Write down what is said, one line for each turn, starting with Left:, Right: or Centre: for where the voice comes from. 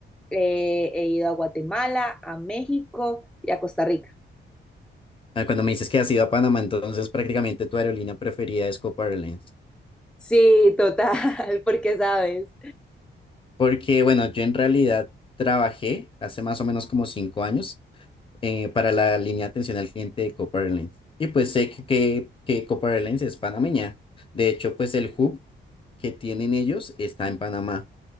Centre: Eh, he ido a Guatemala, a México y a Costa Rica.
Left: Ah, Cuando me dices que has ido a Panamá, entonces prácticamente tu aerolínea preferida es Copa Airlines.
Centre: Sí, total, <laughs> porque sabes.
Left: Porque, bueno, yo en realidad trabajé hace más o menos como cinco años eh, para la línea de atención al cliente de Copa Airlines. Y pues sé que, que, que Copa Airlines es panameña. De hecho, pues el hub que tienen ellos está en Panamá.